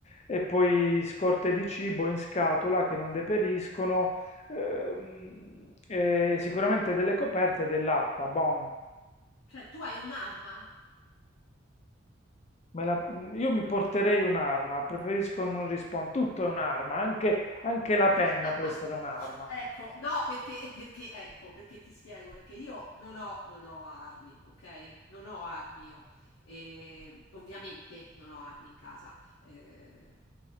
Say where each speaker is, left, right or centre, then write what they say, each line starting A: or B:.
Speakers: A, on the left (about 35°); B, on the left (about 80°).
A: e poi scorte di cibo in scatola che non deperiscono, ehm, e sicuramente delle coperte e dell'acqua. Bon,
B: Cioè, tu hai un'arma?
A: me la- io mi porterei un'arma, preferisco non rispondere. Tutto è un'arma, anche, anche
B: <laughs>
A: la penna può essere un'arma.
B: Ecco, no, perché, perché, ecco, perché ti spiego, perché io non ho, non ho armi, ok? Non ho armi io. E, ovviamente non ho armi in casa, eh,